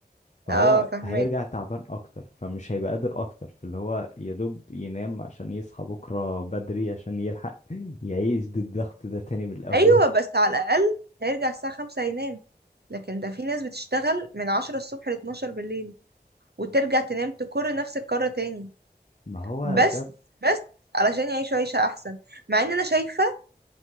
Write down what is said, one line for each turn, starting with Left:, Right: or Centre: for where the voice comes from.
Left: فهو
Right: اه فهماك
Left: هيرجع تعبان اكتر فمش هيبقى قادر اكتر فاللي هو يا دوب ينام عشان يصحى بكره بدري عشان يلحق <laughs> يعيش ضد الضغط ده تاني من الاول
Right: ايوه بس على الاقل هيرجع الساعه خمسة ينام لكن ده في ناس بتشتغل من عشرة الصبح لاتناشر بالليل وترجع تنام تكر نفس الكرة تاني
Left: ما هو
Right: بس
Left: ده
Right: بس علشان يعيشوا عيشة أحسن مع إن أنا شايفة